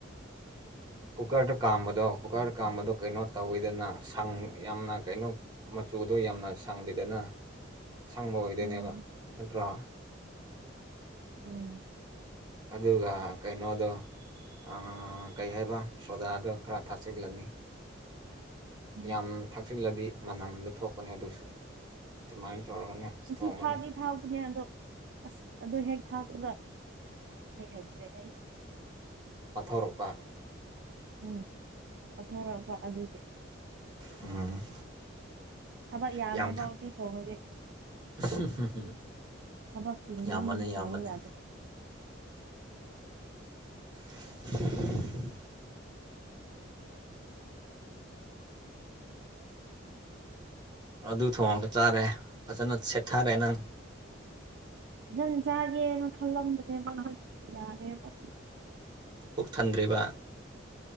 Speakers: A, on the right; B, on the right.
A: ꯀꯨꯀꯔꯗ ꯀꯥꯝꯕꯗꯣ ꯀꯨꯀꯔꯗ
B: ꯀꯩ
A: ꯀꯥꯝꯕꯗꯣ
B: ꯊꯥꯎ
A: ꯀꯩꯅꯣ ꯇꯧꯋꯤꯗꯅ ꯁꯪ ꯌꯥꯝꯅ ꯀꯩꯅꯣ ꯃꯆꯨꯗꯣ ꯌꯥꯝꯅ ꯁꯪꯂꯤꯗꯅ ꯑꯁꯪꯕ ꯑꯣꯏꯗꯣꯏꯅꯦꯕ
B: ꯎꯝ
A: ꯅꯠꯇ꯭ꯔꯣ
B: ꯎꯝ
A: ꯑꯗꯨꯒ ꯀꯩꯅꯣꯗꯣ ꯑꯥ ꯀꯩ ꯍꯥꯏꯕ ꯁꯣꯗꯥꯗꯣ ꯈꯔ ꯊꯥꯛꯆꯤꯜꯂꯅꯤ
B: ꯎꯝ
A: ꯌꯥꯝ ꯊꯥꯛꯆꯤꯜꯂꯗꯤ ꯃꯅꯝꯗꯣ ꯊꯣꯛꯄꯅꯦ ꯑꯗꯨꯁꯨ ꯑꯗꯨꯃꯥꯏꯟ ꯇꯧꯔꯒꯅꯦ
B: ꯉꯁꯤ
A: ꯊꯣꯡꯕꯅꯦ
B: ꯊꯥꯕꯗꯤ ꯊꯥꯎꯕꯅꯦ ꯑꯗꯣ ꯑꯁ ꯑꯗꯨ ꯍꯦꯛ ꯊꯥꯛꯄꯒ ꯑꯩ ꯍꯩꯇ꯭ꯔꯦ ꯑꯩ
A: ꯄꯥꯊꯣꯔꯛꯄ
B: ꯎꯝ ꯄꯥꯊꯣꯔꯛꯄ ꯑꯗꯨꯒꯤ
A: ꯎꯝ
B: ꯊꯕꯛ ꯌꯥꯝꯃꯦꯕ
A: ꯌꯥꯝ ꯊꯛ
B: ꯎꯇꯤ ꯊꯣꯡꯉꯗꯤ
A: <unintelligible>
B: ꯊꯕꯛ ꯆꯤꯟꯕ
A: ꯌꯥꯝꯕꯅꯦ
B: ꯃꯤ ꯊꯣꯡꯉꯨ
A: ꯌꯥꯝꯕꯅꯦ
B: ꯌꯥꯗꯦ
A: <inaudible> ꯑꯗꯨ ꯊꯣꯡꯉꯒ ꯆꯥꯔꯦ ꯐꯖꯅ ꯁꯦꯠꯊꯔꯦ ꯅꯪ
B: ꯖꯟ ꯆꯥꯒꯦꯅ ꯈꯜꯂꯝꯕꯅꯦꯕ <inaudible> ꯌꯥꯔꯦꯕ
A: ꯄꯨꯛ ꯊꯟꯗ꯭ꯔꯤꯕ